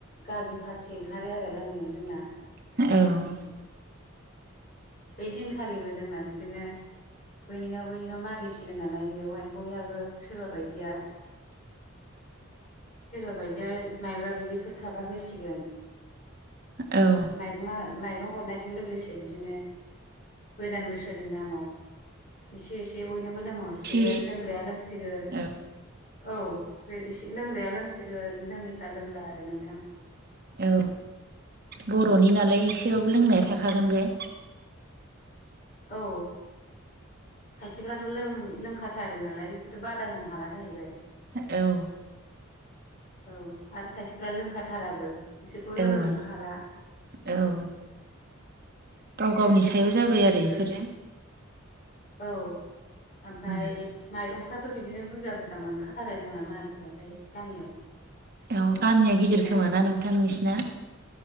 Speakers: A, on the left; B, on the right.
A: गागि फार्थि ओंखारो आरो गामियाव जोंना।
B: औ
A: बे दिनखालिबो जोंना बिदिनो बैनि न' बैनि न' मागिसिगोन नालाय बेयावहाय बयहाबो सोरबा बायदिया सोरबा बायदिया माइब्रा बिदैफोर थाबा होसिगोन
B: औ
A: माइरं माइरं हरनायजों लोगोसे बिदिनो गोदान बोसोरनि नामाव एसे एसे बयनोबो लोंहरसिगोन
B: एसे
A: लोंग्राया लोंसिगोन
B: औ
A: औ एसे लोंग्राया लोंसिगोन लोङैफ्रा लोंला आरो नोंथां।
B: औ बर'नि नालाय एसेबाबो लोंनाया थाखागोन बे
A: औ खायसेफ्राथ' लों लोंखाथार नालाय बेखौथ' बादा होनो हाला जाहैबाय।
B: औ
A: औ आरो खायसेफ्रा लोंखाथाराबो बिसोरखौ लोंहोनोबो
B: औ
A: हाला।
B: औ गाव गावनि सायाव जाबाय
A: ओमफ्रायो
B: आरो इफोरो।
A: औ ओमफाय
B: उम
A: माइरंफ्राथ' बिदिनो बुरजा बुरजा मोनखाथारो जोंना मागिबाथाय गामियाव
B: औ गामिया
A: ओमफ्राय
B: गिदिर खोमा ना नोंथां नोंसिना?